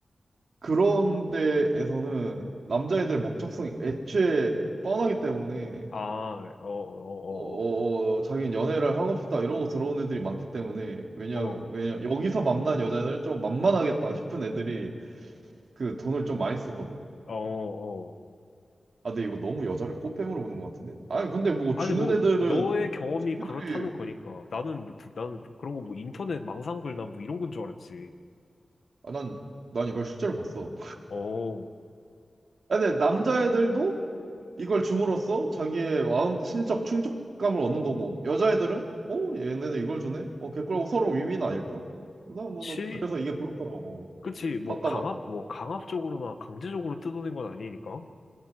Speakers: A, on the right; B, on the left.
A: 그런 데에서는 남자애들 목적성이 애초에 뻔하기 때문에
B: 아, 어, 어,
A: 어, 어,
B: 어,
A: 어, 자기는 연애를 하고 싶다 이러고 들어온 애들이 많기 때문에 왜냐하면
B: 어, 어,
A: 왜냐 여기서 만난 여자들 좀 만만하겠다 싶은 애들이 그 돈을 좀 많이 쓰거든.
B: 어, 어. 어.
A: 아, 근데 이거 너무 여자를 꽃뱀으로 보는 것 같은데? 아니 근데 뭐
B: 아니
A: 주는
B: 뭐
A: 애들은
B: 너의 경험이
A: 자기들이
B: 그렇다는 거니까 나는 뭐 드- 나는 그런 거 뭐 인터넷 망상글 난뭐 이런 건 줄 알았지.
A: 아, 난, 난 이걸 실제로 봤어.
B: 어,
A: 아, 근데 남자애들도 이걸 줌으로써 자기의 마음, 심적 충족감을 얻는 거고, 여자애들은, 어, 얘네들 이걸 주네? 어, 개꿀하고 서로 윈윈 아닐까? 나, 뭐,
B: 치?
A: 나, 그래서 이게 부럽더라고.
B: 그치, 뭐,
A: 바꿔봐.
B: 강압, 뭐, 강압적으로나 강제적으로 뜯어낸 건 아니니까.